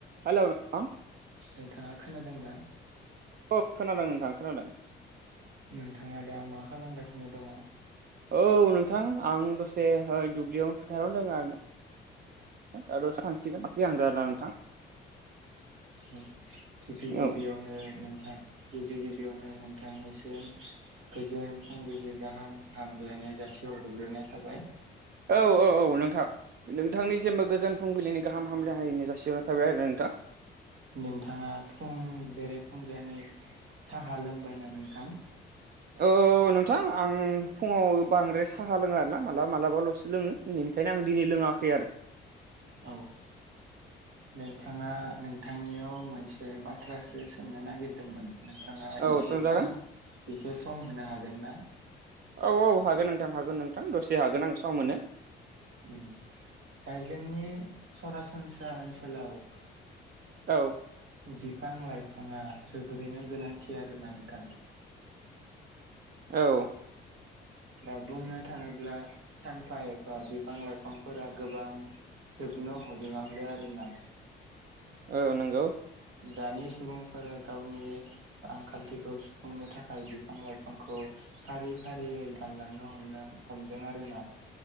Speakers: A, on the right; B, on the right.
A: Hello नों
B: नोंथाङा खोनादोंना?
A: औ खोनादों नोंथां खोनादों
B: नोंथाङा दा मा खालामगासिनो दङ
A: औ नोंथां आं दसे ओइ दुब्लियाव फोथारावनो दोङो आरो ना <unintelligible> सो थांसिगोन <unintelligible> नोंथां
B: <unintelligible> गिबि गिबियावनो
A: औ
B: नोंथां गिबि गिबियावनो नोंथांनिसिम गोजोन फुंबिलि गाहाम हामग्लायनाय जासि हरग्रोनाय थाबाय
A: औ औ औ नोंथां नोंथांनिसिमबो गोजोन फुंबिलिनि गाहाम हामलाय हाय <unintelligible> जासिहरनाय थाबाय आरो ना नोंथां
B: नोंथाङा फुं बेरे फुंजानि साहा लोंबायना नोंथां
A: औ नोंथां आं फुङाव बांद्राय साहा लोङा आरोना मालाबा मालाबाल'सो लोङो इनिखायनो आं दिनै लोङाखै आरो
B: औ नोंथाङा नोंथांनियाव मोनसे बाथ्रासो सोंनो नागिरदोंमोन नोंथाङा
A: औ
B: एसे
A: सोंजागोन
B: सम एसे सम होनो हागोन ना
A: औ औ हागोन नोंथां हागोन नोंथां दसे हागोन आं सम मोनो
B: उ दा जोंनि सरासनस्रा ओनसोलाव
A: औ
B: बिफां लाइफाङा जोबोरैनो गोनांखि आरो ना नोंथां
A: औ
B: दा बुंनो थाङोब्ला सानफा एफा बिफां लाइफांफोरा गोबां जोबनो हबलांदों आरो ना
A: ओ नंगौ
B: दानि सुबुंफोरा गावनि आंखालथिखौ सुफुंनो थाखाय बिफां लाइफांखौ फारि फारियै दानलांनो हमदों हमदों आरोना